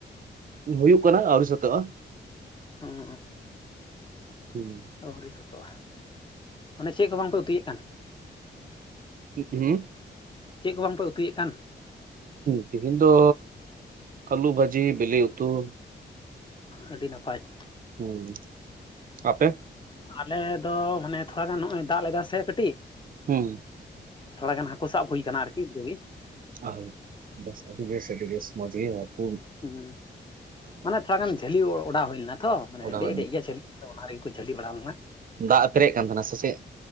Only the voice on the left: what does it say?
ᱚᱸᱻ
ᱟᱹᱣᱨᱤ ᱥᱟᱹᱛᱚᱜᱼᱟ, ᱚᱟᱱᱮ ᱪᱮᱫ ᱠᱚ ᱵᱟᱝ ᱯᱮ ᱩᱛᱩᱭᱮᱫ ᱠᱟᱱ?
ᱪᱮᱫ ᱠᱚ ᱵᱟᱝ ᱯᱮ ᱩᱛᱩᱭᱮᱫ ᱠᱟᱱ?
ᱚ ᱟᱹᱰᱤ ᱱᱟᱯᱟᱭ ᱾
ᱟᱞᱮ ᱫᱚ ᱢᱟᱱᱮ ᱛᱷᱚᱲᱟ ᱜᱟᱱ ᱱᱚᱜᱚᱭ ᱫᱟᱜ ᱞᱮᱫᱟ ᱥᱮ ᱠᱟᱹᱴᱤᱡ
ᱛᱷᱚᱲᱟ ᱜᱟᱱ ᱦᱟᱹᱠᱩ ᱥᱟᱵ ᱦᱩᱭ ᱟᱠᱟᱱᱟ ᱟᱨᱠᱤ ᱵᱟᱹᱫ ᱨᱮᱜᱮ᱾
ᱦᱩᱸ ᱢᱟᱱᱮ ᱛᱷᱚᱲᱟ ᱜᱟᱱ ᱡᱷᱟᱹᱞᱤ ᱚᱰᱟᱣ ᱦᱩᱭ ᱞᱮᱱᱟ ᱛᱚ, ᱢᱟᱱᱮ
ᱰᱮᱡ ᱰᱮᱡ ᱷᱮᱭᱟ ᱡᱷᱟᱹᱞᱤ ᱚᱱᱟ ᱨᱮᱜᱮ ᱠᱚ ᱡᱷᱟᱹᱞᱤ ᱵᱟᱲᱟ ᱞᱮᱱᱟ ᱾